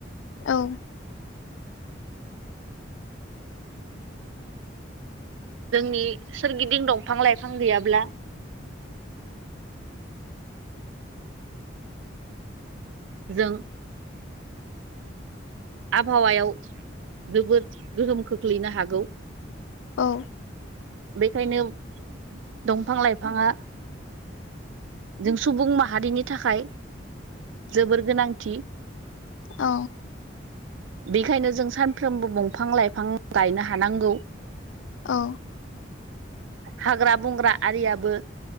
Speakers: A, on the left (about 80°); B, on the right (about 75°).
A: औ
B: जोंनि सोरगिदिं दंफां लाइफां गैयाब्ला जों आबहावायाव जोबोद गोहोम खोख्लैनो हागौ
A: औ
B: बेखायनो दंफां लाइफाङा जों सुबुं माहारिनि थाखाय जोबोर गोनांथि
A: औ
B: बिखायनो जों सानफ्रोमबो बंफां लाइफां गायनो हानांगौ
A: औ
B: हाग्रा बंग्रा आरियाबो